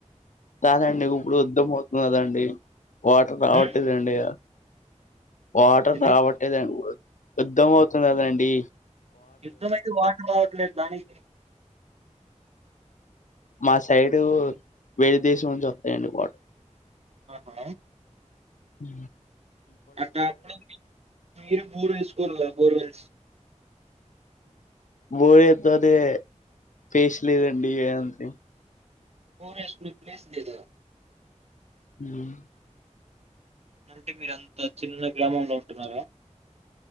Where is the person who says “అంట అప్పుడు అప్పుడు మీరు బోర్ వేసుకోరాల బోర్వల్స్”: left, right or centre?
Right